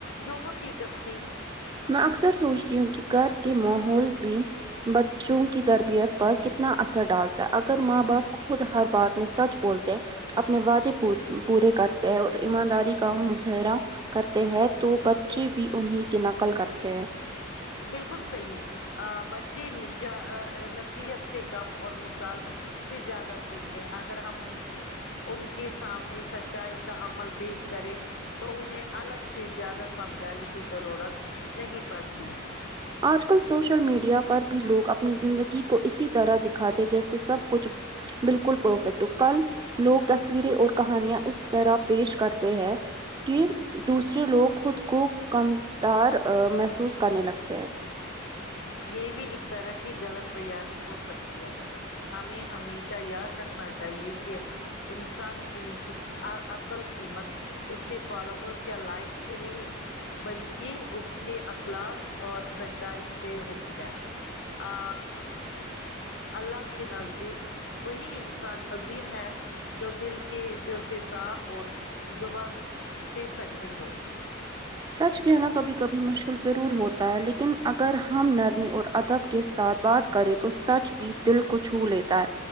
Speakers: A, on the left; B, on the right.
A: جو حقیقت تھی
B: میں اکثر سوچتی ہوں کی گر کے ماحول میں بچوں کی تربیت پر کت تنا اثر ڈالتا ہے اگر ماں باپ خود ہر بات میں سچ بولتے اپنے وعدے پورے کرتے ہیں اور ایمانداری کا مظاہرہ کرتے ہیں تو بچے بھی انہیں کی نقل کرتے ہیں
A: بالکل صحیح ا بچے نشہ آ نصیحت سے کم اور مثال سے زیادہ سیکھیں اگر ہم ان سے ان کے سامنے سچائی کا عمل پیش کرے تو انہیں الگ سے زیادہ سمجھانے کی ضرورت نہیں پڑتی
B: آج کل سوشل میڈیا پر بھی لوگ اپنی زندگی کو اسی طرح دکھاتے جیسے سب کچھ بالکل پرفیکٹ کل لوگ تصویریں اور کہانیاں اس طرح پیش کرتے ہیں کی دوسرے لوگ خود کو کم تار محسوس کرنے لگتے ہیں
A: یے بھی ایک طرح کی غلط بیانی ہو سکتی ہے ہمیں ہمیشہ یاد رکھنا چاہیے کہ انسان کی کس ا اصل قیمت اس کے فالوورس یا لائک سے نہیں بلکی اس کے اقلاق اور سچائی سے ہوتی ہے آ الله کے نزدیک وہی انسان عظیم ہے جو دل کے دل سے صاف اور زبان سے سچے ہو
B: سچ کہنا کبھی کبھی مشکل ضرور ہوتا ہے لیکن یکن اگر ہم نرمی اور ادب کے ساتھ بات کریں تو سچ بھی دل کو چھو لیتا ہے